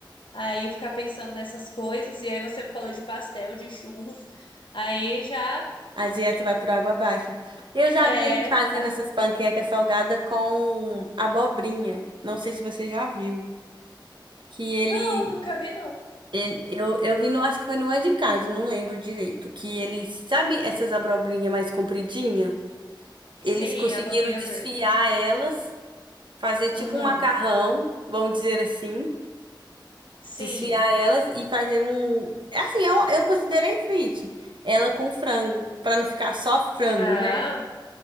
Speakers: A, on the left (about 80°); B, on the right (about 70°).
A: Aí ficar pensando nessas coisas e aí você me falou de pastel, de churros. Aí já
B: A dieta vai por água abaixo. Eu já
A: É,
B: vi eles fazendo
A: à vontade.
B: essas panquecas salgadas com abobrinha. Não sei se você já viu. Que ele,
A: Não, nunca vi, não.
B: ele eu, eu vi no, acho que foi no É de Casa, não lembro direito. Que ele, sabe essas
A: Hum.
B: abobrinhas mais compridinhas? Eles
A: Sim,
B: conseguiram
A: abobrinha
B: desfiar
A: verde.
B: elas, fazer tipo
A: Aham,
B: um macarrão, vamos dizer assim.
A: sim.
B: Desfiar elas e fazer um. Assim, eu, eu considerei fit. Ela com frango, pra não ficar só frango,
A: Ah,
B: né?